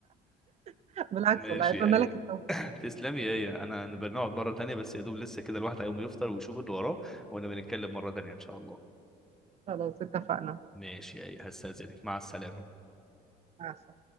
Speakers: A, on the right; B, in the centre.
A: <laughs> بالعكس
B: ماشي
A: والله اتمنى
B: يا ايه
A: لك التوفيق
B: <coughs> تسلمي يا ايه انا أنا بنقعد مره تانية بس يا دوب لسه كده الواحد هيقوم يفطر ويشوف اللي وراه وانا بنتكلم مره تانية ان شاء الله
A: خلاص اتفقنا
B: ماشي يا ايه هستاذنك مع السلامه
A: مع السلامة